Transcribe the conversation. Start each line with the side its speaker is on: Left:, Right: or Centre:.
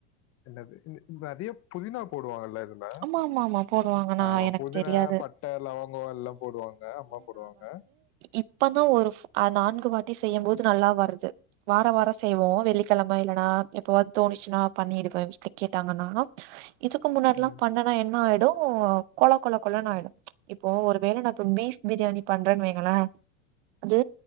Left: என்னது <unintelligible> அதிக புதினா போடுவாங்கல்ல ங்க
Right: ஆமா, ஆமா, ஆமா போடுவாங்க. நான்
Left: ஆமா
Right: எனக்கு
Left: புதினா
Right: தெரியாது.
Left: பட்ட லவங் ங்கோ எல்லா போடுவாங்க அம்மா போடுவாங்க
Right: இப்பதா ஒரு நான்கு வாட்டி செய்ய போது நல்லா வருது வார வார செய்வோ வெள்ளிக்கெழம இல்லன்னா எப்பவாது தோணிச்சுன்னா பண்ணிருவே வீட்ல கேட்டாங்கன்னா இதுக்கு முன்னாடில்லா
Left: ம்.
Right: பண்ணனா என்ன ஆயிடு கொழக் கொழக் கொழன்னு ஆயிடு இப்போ ஒருவேள நா இப்ப பீஃப் பிரியாணி பண்றேன்னு வைங்களே அது